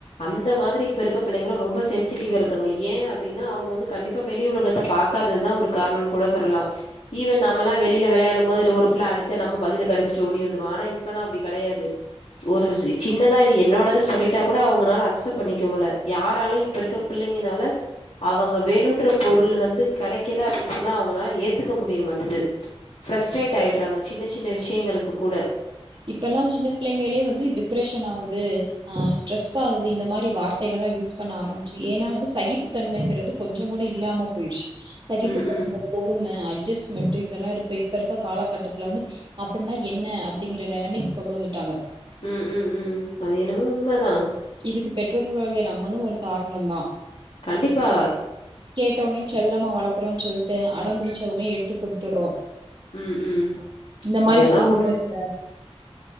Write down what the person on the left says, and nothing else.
அந்த மாதிரி இப்ப இருக்க பிள்ளைங்களு ரொம்ப சென்சிட்டிவ் தீவு இருக்குங்க ஏன் அப்படின்னா அவுங்க வந்து கண்டிப்பா வெளி உலகத்தை பாக்காததுதான் ஒரு காரணம்னு கூட சொல்லலா ஈவன் நம்மல்லா வெளில விளையாடு போது ஒரு புள்ள அடிச்சா நம்ம பதிலுக்கு அடிச்சுட்டு ஓடி வந்துருவோ ஆன இப்பலா அபடி கிடையாது சோறு ஒரு சின்னதா இது என்னோடதுன்னு சொல்லிட்டா கூட அவங்கனால அக்சப் பண்ணிக்க முல்ல யாராலயு இப்ப இருக்க பிள்ளைங்கனால அவுங்க வேணுன்ற பொருள் வந்து கெடைக்கல அப்டின்னு சொன்னா அவுங்கனால ஏத்துக்க முடிய மாட்டுது ஃபிரஸ்ட்ரேட் ஆயிட்றாங்க சின்ன சின்ன விஷயங்களுக்கு கூட
ம், ம்.
ம் ம் ம் அது என்னமோ உண்மதா
கண்டிப்பா
ம், ம்.
அதெல்லாம்